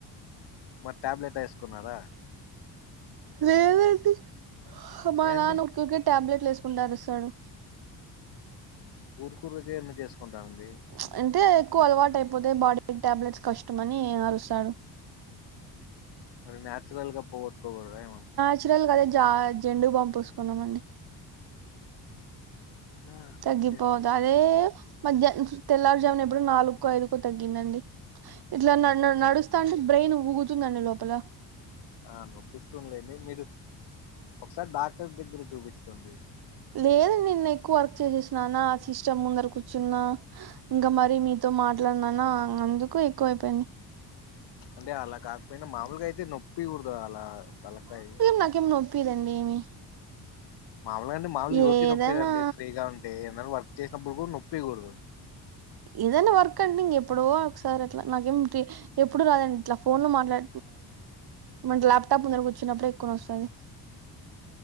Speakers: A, on the left; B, on the right.
A: మరి ట్యాబ్లెట్ ఏస్కున్నారా
B: లేదండి మా
A: ఏండి
B: నాన్న ఉకుకె టాబ్లెట్లేసుకుంటరుస్తాడు
A: ఊర్కూరికే ఎందుకేసుకుంటరండి
B: ఇచ్ అంటే ఎక్కువలవాటైపోతె బాడీ కి టాబ్లెట్స్ కష్టంని అరుస్తాడు
A: మరి న్యాచురల్గ పోగొట్గోగుడదా
B: నాచురల్గ అయితే జా జెండు బాంబ్ పూసుకున్నానండీ
A: ఆ
B: తగ్గిపోత్
A: ఓకే
B: అదే మధ్యాహ తెల్లారుజామున ఎప్పుడో నాలుకో ఐదుకో తగ్గిందండి ఇట్లా న న నడుస్తాంటే బ్రెయిన్ ఊగుతుందండి లోపల
A: ఆ నొప్పిస్తుంద్లేండి మీరు ఒకసారి డాక్టర్ దగ్గర చూపించుకోండి
B: లేదండి నెన్ ఎక్కువర్క్ చేశేశ్న నా సిస్టమ్ ముందర కుర్చున్నా ఇంకా మరి మీతో మాట్లాడిననా అందుకు ఎక్కువ అయిపోయింది
A: అంటే అలా కాకపోయినా మామూలుగా అయితే నొప్పి కూడదు అలా తలకాయ
B: నాకేమీ నో పి దండి ఏమి
A: మాములుగా అండి మాములు ఎవరికి
B: ఏదైనా
A: నొప్పేదండి ఫ్రీగా ఉంటే ఏందరు వర్క్ చేసినప్పుడు కూడా నొప్పేయకూడదు
B: ఎదైనా వర్క్ అండి ఇ ఎప్పుడో ఒకసారి అట్లా నాకేం ఎప్పుడు రాదండి ఇట్లా ఫోన్ లో మాట్లా మది ల్యాప్ టాప్ ముందర కూర్చున్నపుడు వచ్చినప్పుడే ఎక్కువన నొస్తది